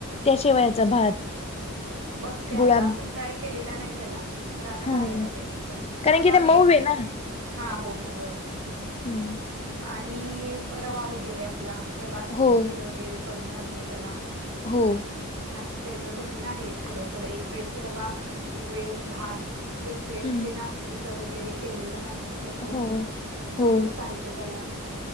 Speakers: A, on the left; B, on the right.
A: त्या शेवयाचा भात. <unintelligible>
B: बघते आता
A: गुळाब
B: अजून ट्राय केलेला नाही त्याला. खर आता घालायला
A: हा हा
B: पाहिजे सर
A: कारण
B: आता
A: की
B: आधी
A: ते मऊ आहे ना
B: हा हो मऊ य.
A: हम्.
B: आणि रवा वगैरे आपला रवाची
A: हो
B: खीर वगैरे करून घालते त्याला.
A: हो.
B: असं त्याच रुटीन आहे, थोडं थोडं एक वेळेस रवा एक वेळेस भात. एक वेळ
A: हम्म
B: ते नाचणीचं वगैरे केलेलं नाचणीसत्व
A: हो हो
B: असंच घालते त्याला. अस